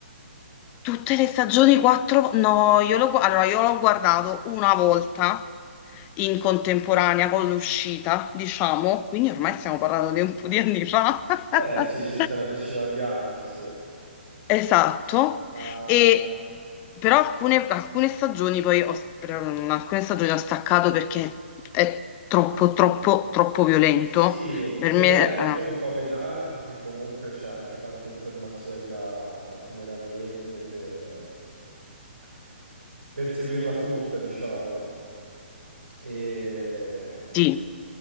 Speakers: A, on the left; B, on the right.
A: Tutte le stagioni quattro... vo- No, io l'ho gu- allora, io l'ho guardato una volta in contemporanea con l'uscita, diciamo, quindi ormai stiamo parlando di un po' di anni fa. <laughs>
B: Eh sì, circa una decina di anni, sì.
A: Esatto,
B: Ma
A: e, però alcune, alcune stagioni poi ho, per- mm, alcune stagioni ho staccato perché è troppo, troppo, troppo violento.
B: Sì,
A: Per
B: violento,
A: me, eh,
B: un po' pesante perché comunque c'è anche tante informazioni da, da tenere a mente per, eh, per seguirla tutta, diciamo. E,
A: sì,